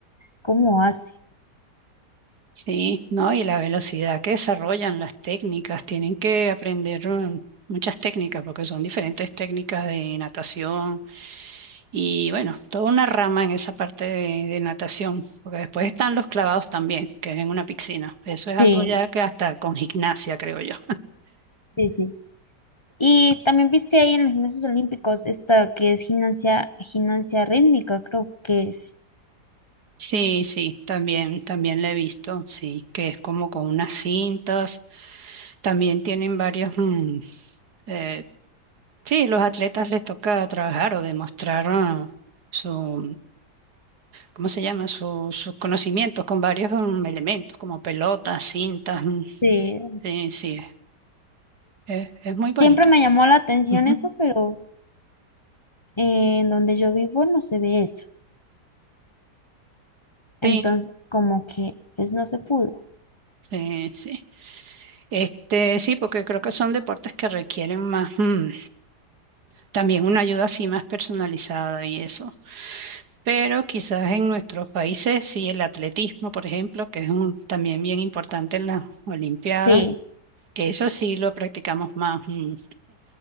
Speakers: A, on the left; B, on the right.
A: ¿cómo hace?
B: Sí, ¿no? Y la velocidad que desarrollan, las técnicas, tienen que aprender mm, muchas técnicas porque son diferentes técnicas de natación y bueno, toda una rama en esa parte de, de natación, porque después están los clavados también, que es en una piscina. Eso
A: Sí,
B: es algo ya que hasta con gimnasia, creo yo.
A: sí, sí. Y también viste ahí en los gimnasios olímpicos esta que es gimnasia, gimnasia rítmica, creo que es.
B: Sí, sí, también, también le he visto, sí, que es como con unas cintas. También tienen varios, mm, eh, sí, los atletas les toca trabajar o demostrar ah, su, ¿cómo se llama? Su- sus conocimientos con varios mm, elementos, como pelotas, cintas. mm,
A: Sí.
B: Sí, sí, es, es- es muy bonita.
A: Siempre me llamó la atención
B: Ujú.
A: eso, pero eh, en donde yo vivo no se ve eso. Entonces,
B: Sí,
A: como que, pues no se pudo.
B: sí, sí. Este, sí, porque creo que son deportes que requieren más, mm, también una ayuda así más personalizada y eso. Pero quizás en nuestros países, sí, el atletismo, por ejemplo, que es un, también bien importante en las Olimpiadas,
A: Sí.
B: eso sí lo practicamos más mm,